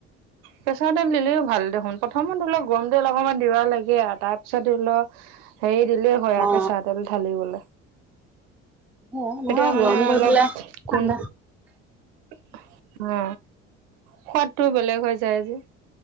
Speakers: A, on the right; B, in the centre.
A: প্ৰেছাৰত তেল দিলেও ভাল দেখোন প্ৰথমত অলপ গৰম তেল অকণমান দিবা লাগে আৰু তাৰপিছত ধৰি লওক হেৰি দিলে হয়
B: অ
A: আ কেচা তেল ঢালিবলৈ।
B: সেয়াই নহয়
A: এতিয়া মানে
B: গৰম কৰি
A: অলপ
B: পেলাই ঠাণ্ডা
A: কোন <unintelligible> অ' সোৱাদটোও বেলেগ হৈ যায় যে।